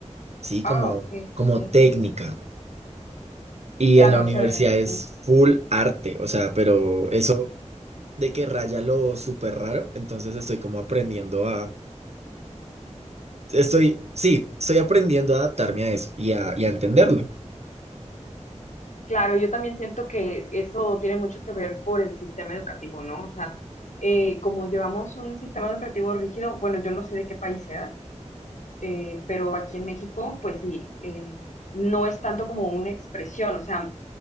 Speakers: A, on the right (about 60°); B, on the left (about 80°).
A: ¿sí? Como,
B: Ah, ok,
A: como
B: sí.
A: técnica. Y
B: Claro,
A: en la universidad
B: o sea, sí.
A: es full arte, o sea, pero eso de que raya lo súper raro, entonces estoy como aprendiendo a Estoy, sí, estoy aprendiendo a adaptarme a eso y a, y a entenderlo.
B: Claro, yo también siento que eso tiene mucho que ver por el sistema educativo, ¿no? O sea, eh, como llevamos un sistema educativo rígido, bueno, yo no sé de qué país sea, eh, pero aquí en México, pues sí, eh, no es tanto como una expresión, o sea,